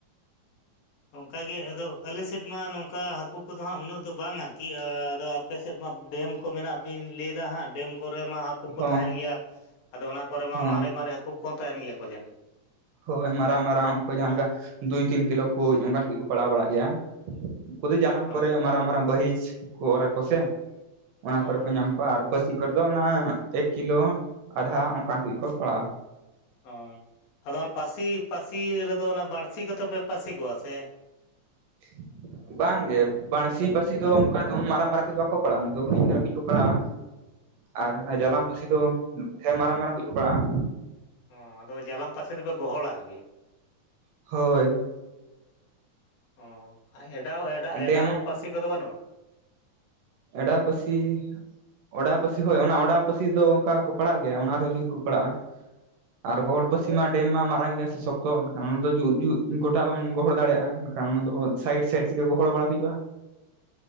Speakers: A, on the left; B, on the right.
A: ᱚᱱᱠᱟ ᱜᱮ ᱟᱫᱚ ᱟᱞᱮ ᱥᱮᱫ ᱢᱟ ᱱᱚᱝ ᱠᱟ ᱦᱟᱹᱠᱩ ᱠᱚᱫᱚ ᱦᱟᱸᱜ ᱩᱱᱟᱹᱜ ᱫᱚ ᱵᱟᱝ ᱟᱨᱠᱤ ᱟᱫᱚ ᱟᱯᱮ ᱥᱮᱫ ᱢᱟ ᱰᱮᱢ ᱠᱚ ᱢᱮᱱᱟᱜ ᱵᱤᱱ ᱞᱮᱭ ᱫᱟ ᱦᱟᱸᱜ᱾ ᱰᱮᱢ ᱠᱚᱨᱮ ᱢᱟ ᱦᱟᱹᱠᱩ ᱠᱚ
B: ᱦᱚᱸ
A: ᱛᱟᱦᱮᱱ ᱜᱮᱭᱟ, ᱟᱫᱚ ᱚᱱᱟ ᱠᱚᱨᱮ ᱢᱟ
B: ᱦᱚᱸ
A: ᱢᱟᱨᱮ ᱢᱟᱨᱮ ᱦᱟᱹᱠᱩ ᱠᱚᱦᱚᱸ ᱛᱟᱦᱮᱱ ᱜᱮᱭᱟ ᱠᱚ ᱡᱟᱹᱱᱤᱡ?
B: ᱦᱳᱭ, ᱢᱟᱨᱟᱝ ᱢᱟᱨᱟᱝ ᱚᱝᱠᱚ ᱡᱟᱦᱟᱸ ᱞᱮᱠᱟ ᱫᱩᱭ ᱛᱤᱱ ᱠᱤᱞᱳ ᱠᱳᱡ ᱚᱱᱠᱟᱱ ᱠᱚ ᱯᱟᱲᱟᱣ ᱵᱟᱲᱟᱜ ᱜᱮᱭᱟ᱾ ᱩᱱᱠᱩ ᱫᱚ ᱡᱟᱞᱟᱢ
A: ᱦᱳᱭ
B: ᱠᱚᱨᱮ ᱢᱟᱨᱟᱝ ᱢᱟᱨᱟᱝ ᱵᱟᱹᱦᱤᱡ ᱠᱚ ᱚᱨ ᱟᱠᱚ ᱥᱮ, ᱚᱱᱟ
A: ᱦᱳᱭ
B: ᱠᱚᱨᱮ ᱠᱚ ᱧᱟᱢ ᱠᱚᱣᱟ ᱟᱨ ᱯᱟᱹᱥᱤ ᱠᱚᱨᱮ ᱫᱚ ᱚᱱᱟ ᱮᱠ ᱠᱤᱞᱳ ᱟᱫᱷᱟ ᱚᱱᱠᱟᱱ ᱠᱚᱭᱤᱡ ᱠᱚ ᱯᱟᱲᱟᱜᱼᱟ᱾
A: ᱦᱳᱭ, ᱟᱫᱚ ᱚᱱᱟ ᱯᱟᱹᱥᱤ ᱯᱟᱹᱥᱤ ᱨᱮᱫᱚ ᱚᱱᱟ ᱵᱟᱹᱲᱥᱤ ᱠᱚᱛᱮ ᱯᱮ ᱯᱟᱹᱥᱤ ᱠᱚᱣᱟ ᱥᱮ?
B: <unintelligible> ᱵᱟᱝ ᱜᱮ ᱵᱟᱹᱲᱥᱤ ᱯᱟᱹᱥᱤ ᱫᱚ ᱚᱱᱠᱟ ᱩᱱ ᱢᱟᱨᱟᱝ ᱢᱟᱨᱟᱝ ᱠᱚᱡ ᱵᱟᱠᱚ ᱯᱟᱲᱟᱜᱼᱟ ᱚᱱᱟ ᱫᱚ, ᱦᱩᱰᱤᱧ ᱫᱷᱟᱨᱟ ᱠᱤᱪᱷᱩ ᱠᱚ ᱯᱟᱲᱟᱜᱼᱟ᱾ ᱟᱨ ᱡᱟᱞᱟᱢ ᱯᱟᱹᱥᱤ ᱫᱚ ᱦᱮᱸ, ᱢᱟᱨᱟᱝ ᱢᱟᱨᱟᱝ ᱠᱚᱡ ᱠᱚ ᱯᱟᱲᱟᱜᱼᱟ᱾
A: ᱚ ᱟᱫᱚ ᱡᱟᱞᱟᱢ ᱯᱟᱥᱤ ᱫᱚᱯᱮ ᱜᱚᱦᱚᱲᱟ ᱟᱨᱠᱤ?
B: ᱦᱳᱭ᱾
A: ᱚ ᱟ ᱮᱰᱟᱣ ᱮᱰᱟ ᱮᱰᱟᱣ
B: ᱰᱮᱢ
A: ᱯᱟᱹᱥᱤ ᱠᱚᱫᱚ ᱵᱟᱱᱩᱜ-ᱟ?
B: ᱮᱰᱟᱣ ᱯᱟᱹᱥᱤ ᱚᱰᱟᱣ ᱯᱟᱹᱥᱤ ᱦᱳᱭ ᱚᱱᱟ ᱯᱟᱹᱥᱤ ᱫᱚ ᱚᱱᱠᱟ ᱠᱚ ᱯᱟᱲᱟᱜ ᱜᱮᱭᱟ, ᱚᱱᱟ ᱨᱮᱦᱚᱸ ᱡᱩᱨ ᱠᱚ ᱯᱟᱲᱟᱜᱼᱟ᱾ ᱟᱨ ᱜᱚᱦᱚᱲ ᱯᱟᱥᱤ ᱢᱟ ᱰᱮᱢ ᱢᱟ ᱢᱟᱨᱟᱝ ᱜᱮᱭᱟ ᱥᱮ ᱥᱚᱠᱛᱚ ᱮᱱᱠᱷᱟᱱ ᱚᱱᱟ ᱫᱚ ᱡᱩ ᱡᱩᱛ ᱜᱚᱴᱟ ᱵᱟᱢ ᱜᱚᱦᱚᱲ ᱫᱟᱲᱮᱭᱟᱜᱼᱟ᱾ ᱚᱱᱟ ᱫᱚ ᱥᱟᱭᱤᱰ ᱥᱟᱭᱤᱰ ᱛᱮᱜᱮ ᱜᱚᱦᱚᱲ ᱵᱟᱲᱟ ᱦᱩᱭᱩᱜᱼᱟ᱾